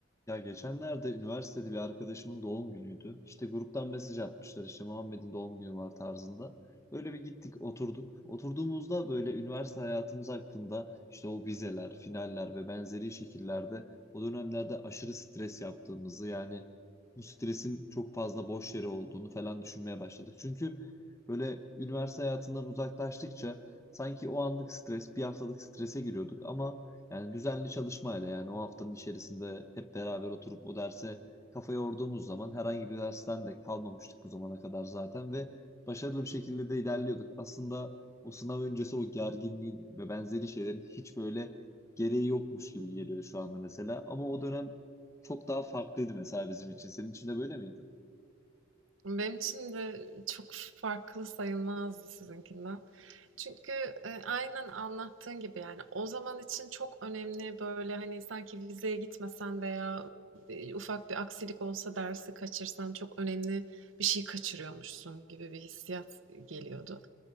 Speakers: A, on the left (about 15°); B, on the right (about 75°).
A: Ya geçenlerde üniversitede bir arkadaşımın doğum günüydü. İşte gruptan mesaj atmışlar işte Muhammed'in doğum günü var tarzında. Böyle bir gittik oturduk. Oturduğumuzda böyle üniversite hayatımız hakkında işte o vizeler, finaller ve benzeri şekillerde o dönemlerde aşırı stres yaptığımızı yani bu stresin çok fazla boş yere olduğunu falan düşünmeye başladık. Çünkü böyle üniversite hayatından uzaklaştıkça sanki o anlık stres, bir haftalık strese giriyorduk ama yani düzenli çalışmayla yani o haftanın içerisinde hep beraber oturup o derse kafa yorduğumuz zaman herhangi bir dersten de kalmamıştık bu zamana kadar zaten ve başarılı bir şekilde de ilerliyorduk. Aslında o sınav öncesi o gerginliğin ve benzeri şeylerin hiç böyle gereği yokmuş gibi geliyor şu anda mesela. Ama o dönem çok daha farklıydı mesela bizim için. Senin için de böyle miydi?
B: Benim için de çok farklı sayılmazdı sizinkinden. Çünkü, eee, aynen anlattığın gibi, yani, o zaman için çok önemli, böyle, hani, sanki vizeye gitmesen veya, eee, ufak bir aksilik olsa dersi kaçırsan çok önemli bir şey kaçırıyormuşsun gibi bir hissiyat geliyordu.